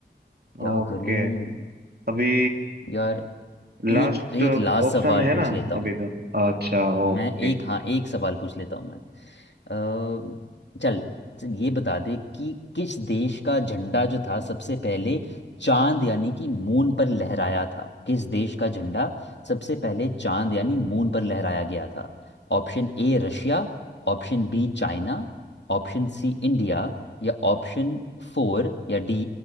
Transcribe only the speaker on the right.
Okay
अभी
लास्ट
ऑप्शन
है ना
अभी तो अच्छा
ओके